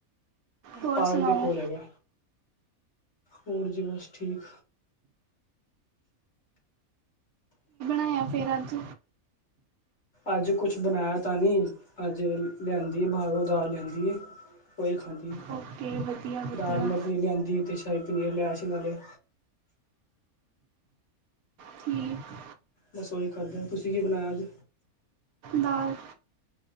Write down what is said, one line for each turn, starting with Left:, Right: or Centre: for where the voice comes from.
Right: ਹੋਰ
Left: ਪਾਰਕ
Right: ਸੁਣਾਓ
Left: ਦੇ ਕੋਲ ਹੈਗਾ। ਹੋਰ ਜੀ ਬਸ ਠੀਕ।
Right: ਕੀ ਬਣਾਇਆ ਫੇਰ ਅੱਜ?
Left: ਅੱਜ ਕੁਛ ਬਣਾਇਆ ਤਾਂ ਨਹੀਂ, ਅੱਜ ਲਿਆਂਦੀ ਬਾਹਰੋਂ ਦਾਲ ਲਿਆਂਦੀ ਏ। ਉਹੀ ਖਾਂਦੀ
Right: ਓਕੇ ਵਧੀਆ ਵਧੀਆ
Left: ਦਾਲ ਮੱਖਣੀ ਲਿਆਂਦੀ, ਤੇ ਸ਼ਾਹੀ ਪ ਪਨੀਰ ਲਿਆਇਆ ਸੀ ਨਾਲੇ।
Right: ਠੀਕ।
Left: ਬਸ ਉਹੀ ਖਾਧਾ, ਤੁਸੀਂ ਕੀ ਬਣਾਇਆ ਏ ਅੱਜ।
Right: ਦਾਲ